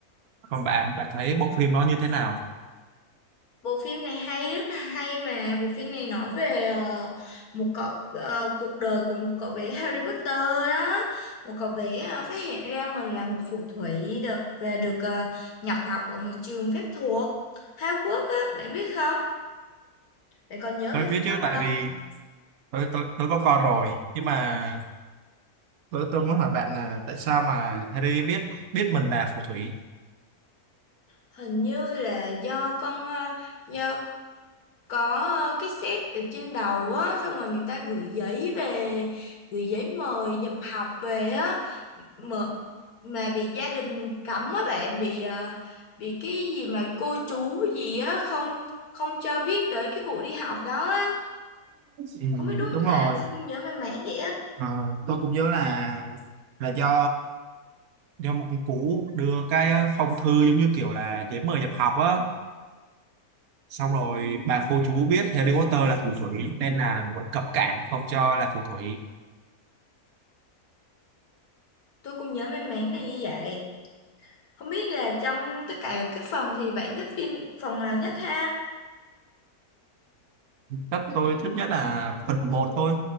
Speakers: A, on the right; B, on the left.
A: Còn bạn, bạn thấy bộ phim nó như thế nào?
B: Bộ phim này hay rất là hay mà bộ phim này nói về ờ, một cậu ờ, cuộc đời của một cậu bé Harry Potter đó. Một cậu bé ờ, phát hiện ra mình là một phù thủy được về được ờ, nhập học ở một trường phép thuật Hogwarts á, bạn biết không? Vậy còn nhớ
A: Tôi
B: về
A: biết
B: phim đó
A: chứ tại
B: không?
A: vì tôi tôi tôi có con rồi nhưng mà tôi tôi muốn hỏi bạn là tại sao mà Harry biết biết mình là phù thủy
B: Hình như là do con ờ, do có ờ, cái set ở trên đầu á xong rồi người ta gửi giấy về gửi giấy mời nhập học về á mà mà bị gia đình cấm á bạn bị ờ, bị cái gì mà cô chú gì á không không cho biết tới cái vụ đi học đó á
A: Ừ,
B: không biết đúng
A: đúng
B: không ta
A: rồi
B: tôi cũng nhớ mang máng vậy á
A: Ờ, tôi cũng nhớ là là do do một con cú đưa cái ờ, phong thư giống như kiểu là giấy mời nhập học á xong rồi bà cô chú biết Harry Potter là phù thủy nên là muốn cấm cản không cho là phù thủy
B: tôi cũng nhớ mang máng là như vậy không biết là trong tất cả các phần thì bạn thích phim phần nào nhất ha
A: Chắc tôi thích nhất là phần một thôi.